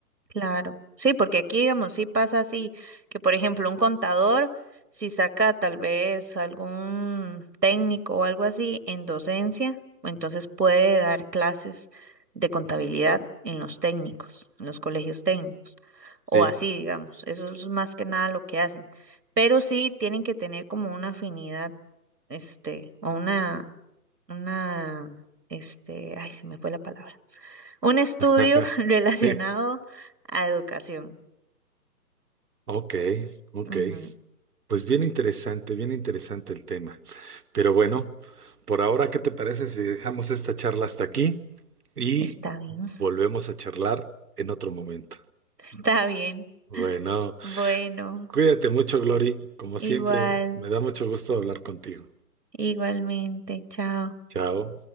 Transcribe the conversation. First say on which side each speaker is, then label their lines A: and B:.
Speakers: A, on the right; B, on the right.
A: Claro, sí, porque aquí, digamos, sí pasa así, que por ejemplo un contador, si saca tal vez algún técnico o algo así en docencia, entonces puede dar clases de contabilidad en los técnicos, en los colegios técnicos,
B: Sí.
A: o así, digamos, eso es más que nada lo que hacen, pero sí tienen que tener como una afinidad, este, o una, una, este, ay, se me fue la palabra un estudio
B: <laughs>
A: <laughs> relacionado
B: Sí.
A: a educación.
B: Ok, ok.
A: Ujú,
B: Pues bien interesante, bien interesante el tema. Pero bueno, por ahora, ¿qué te parece si dejamos esta charla hasta aquí y
A: Está bien,
B: volvemos a charlar en otro momento?
A: <laughs> está bien.
B: Bueno,
A: Bueno,
B: cuídate mucho, Glory. Como
A: igual,
B: siempre, me da mucho gusto hablar contigo.
A: igualmente, chao.
B: Chao.